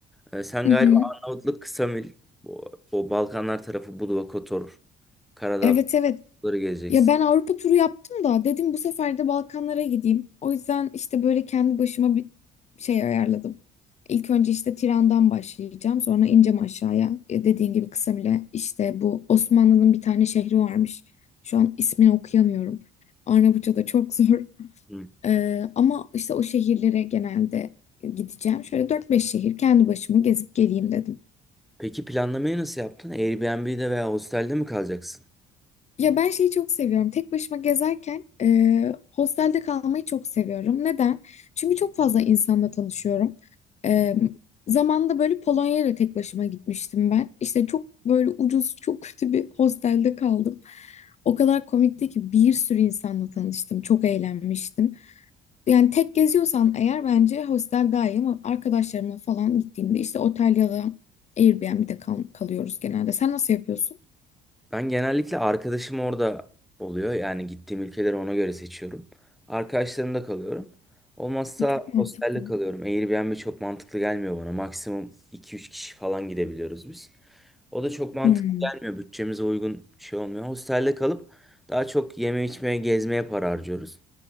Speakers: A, in the centre; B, on the left.
A: Ee, sen
B: Hı
A: galiba
B: hı.
A: Arnavutluk, Ksamil, o, o Balkanlar tarafı Budva, Kotor, Karadağ
B: Evet evet
A: falanları gezeceksin.
B: Ya ben Avrupa turu yaptım da dedim bu sefer de Balkanlara gideyim. O yüzden işte böyle kendi başıma bir şey ayarladım. İlk önce işte Tiran'dan başlayacağım. Sonra ineceğim aşağıya. E, Dediğin gibi Kısamile işte bu Osmanlı'nın bir tane şehri varmış. Şu an ismini okuyamıyorum. Arnavutça da çok <laughs> zor.
A: Hı.
B: Ee, ama işte o şehirlere genelde gideceğim. Şöyle dört beş şehir kendi başıma gezip geleyim dedim.
A: Peki planlamayı nasıl yaptın? Airbnb'de veya hostelde mi kalacaksın?
B: Ya ben şeyi çok seviyorum. Tek başıma gezerken e, hostelde kalmayı çok seviyorum. Neden? Çünkü çok fazla insanla tanışıyorum. E, zamanında böyle Polonya'ya da tek başıma gitmiştim ben. İşte çok böyle ucuz, çok kötü bir hostelde kaldım. O kadar komikti ki bir sürü insanla tanıştım. Çok eğlenmiştim. Yani tek geziyorsan eğer bence hostel daha iyi ama arkadaşlarımla falan gittiğimde işte otel ya da Airbnb'de kal kalıyoruz genelde. Sen nasıl yapıyorsun?
A: Ben genellikle arkadaşım orada oluyor. Yani gittiğim ülkeleri ona göre seçiyorum. Arkadaşlarımda kalıyorum. Olmazsa
B: Çok mantıklı.
A: hostelde kalıyorum. Airbnb çok mantıklı gelmiyor bana. Maksimum iki üç kişi falan gidebiliyoruz biz. O da çok mantıklı
B: Hmm.
A: gelmiyor. Bütçemize uygun şey olmuyor. Hostelde kalıp daha çok yeme içmeye, gezmeye para harcıyoruz.